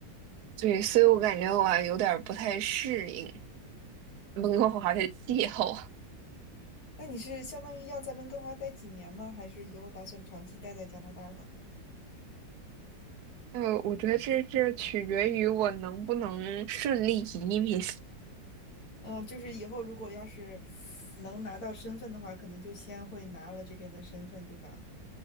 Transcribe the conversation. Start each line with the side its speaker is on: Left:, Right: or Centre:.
Right: 对，所以我感觉我还有点儿不太适应温哥华的气候。
Left: 那你是相当于要在温哥华待几年吗？还是以后打算长期待在加拿大了？
Right: 呃，我觉得这这取决于我能不能顺利移民。
Left: 嗯，就是以后如果要是能拿到身份的话，可能就先会拿了这边的身份，对吧？